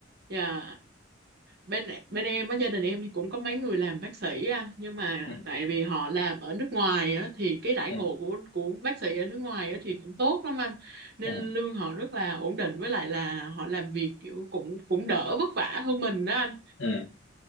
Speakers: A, on the right (about 55°); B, on the left (about 75°).
A: dạ bên bên em á gia đình em thì cũng có mấy người làm bác sĩ anh nhưng mà
B: ừ
A: tại vì họ làm ở nước ngoài á thì cái đãi
B: ừ
A: ngộ của của bác sĩ ở nước ngoài á thì cũng tốt lắm anh nên
B: ừ
A: lương họ rất là ổn định với lại là họ làm việc kiểu cũng cũng đỡ vất vả hơn mình đó anh
B: Ừ,